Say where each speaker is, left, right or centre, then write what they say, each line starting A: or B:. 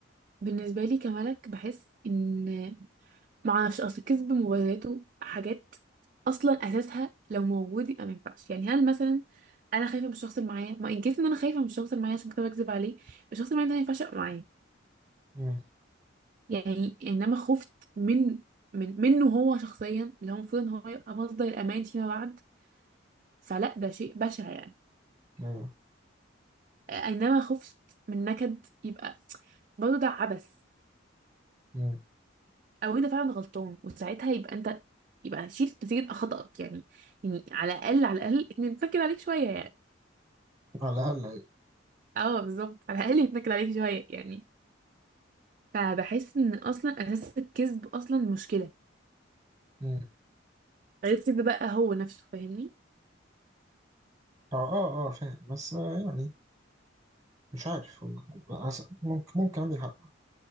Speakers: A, on the right; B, on the right.
A: بالنسبة لي كملك بحس ان معرفش اصل كذب مبرراته حاجات اصلا اساسها لو موجود يبقى ما ينفعش يعني هل مثلا انا خايفه من الشخص اللي معايا ما ان كيس ان انا خايفه من الشخص اللي معايا عشان كده بكذب عليه الشخص اللي معايا ده ما ينفعش يبقى معايا
B: مم.
A: يعني انما خفت من من منه هو شخصيا اللي هو المفروض ان هو يبقى مصدر الامان فيما بعد فلا ده شيء بشع يعني
B: ايوه
A: انما خفت من نكد يبقى برضه ده عبث
B: مم.
A: او انت فعلا غلطان وساعتها يبقى انت يبقى شيل نتيجة خطأك يعني يعني على الأقل على الأقل يتنكد عليك شوية يعني
B: على الاقل ايوه
A: اه بالظبط على الأقل يتنكد عليك شوية يعني فبحس ان اصلا اساس الكذب اصلا مشكلة
B: مم.
A: غير الكذب بقى هو نفسه فاهمني
B: اه اه اه فاهم بس آه يعني مش عارف والله بس- ممكن ممكن عندي حق